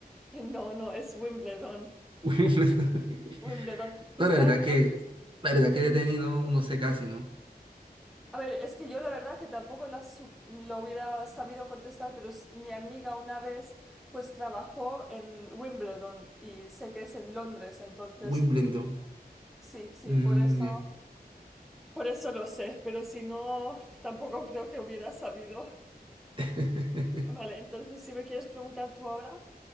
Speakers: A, in the centre; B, on the right.
A: Eh, No, no, es Wimbledon.
B: <laughs>
A: Wimbledon, que
B: No,
A: está
B: la verdad
A: en
B: es que
A: Londres.
B: la verdad es que de tenis no, no sé casi, ¿no?
A: A ver, es que yo la verdad que tampoco la su- lo hubiera sabido contestar, pero es- mi amiga una vez pues trabajó en Wimbledon y sé que es en Londres, entonces
B: Wimbledon.
A: sí, sí,
B: Mm,
A: por eso,
B: ya.
A: por eso lo sé, pero si no, tampoco creo que hubiera sabido.
B: <laughs>
A: Vale, entonces si me quieres preguntar tú ahora,